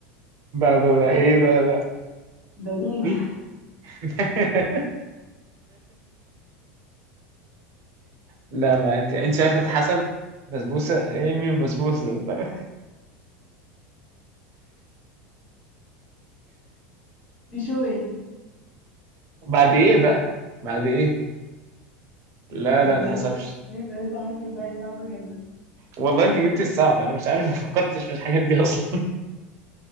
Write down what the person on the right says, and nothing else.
بقى بقى بقى
إيه بقى بقى
مين
<laughs> لا ما أنت أنت
شايفة حسب بسبوسة إيه مين بسبوسة <laughs>
بعد ايه بقى بعد ايه لا
لا
ما حسبش
والله انت جبت الصعب انا مش عارف ما فكرتش في الحاجات دي اصلا